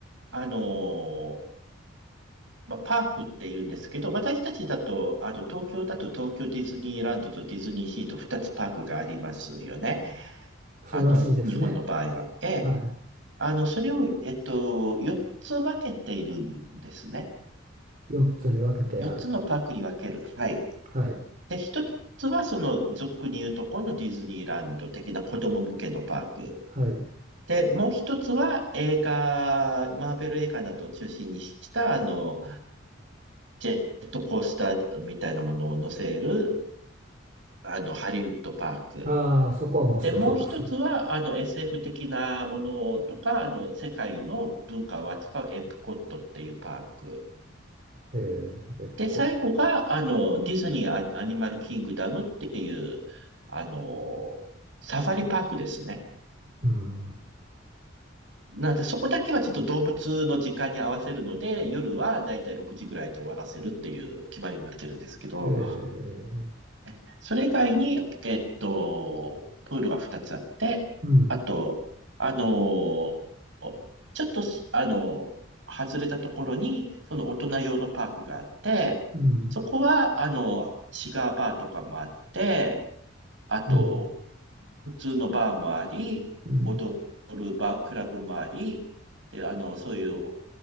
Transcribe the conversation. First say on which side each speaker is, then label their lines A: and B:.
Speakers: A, on the right (about 65°); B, on the right (about 45°).
A: あのーまあ、パークって言うんですけど、私たちだと、あの、東京だと東京ディズニーランドとディズニーシーと2つパークがありますよね。
B: そうらしいですね、
A: あの、日本の場合は。ええ、
B: はい、
A: あの、それを、えっと、4つ分けているんですね。
B: 4つに分けてある、
A: 4つのパークに分ける。はい。
B: はい
A: で、1つは、その、俗に言うとこのディズニーランド的な子供向けのパーク。
B: はい、
A: で、もう一つは映画、マーベル映画などを中心にした、あの、ジェットコースターみたいなものを乗せるあの、ハリウッドパーク。
B: ああそこは面白そうですね、
A: で、もう一つは、あの、SF 的なものとか、あの、世界の文化を扱うエプコットっていうパーク。
B: えーエプコット
A: で、最後が、あの、ディズニーアアニマルキングダムっていう、あの、サファリパークですね。
B: うん。
A: なんで、そこだけはちょっと動物の時間に合わせるので、夜はだいたい6時ぐらいで終わらせるっていう決まりになってるんですけど、
B: へえ。
A: えそれ以外に、えっと、プールが2つあって、
B: うん。
A: あと、あのーちょっとす、あのー外れたところに、その大人用のパークがあって、
B: うん。
A: そこは、あのシガーバーとかもあって、あと、
B: うん。
A: 普通のバーもあり、
B: うん。
A: 踊るバー、クラブもあり、で、あの、そういう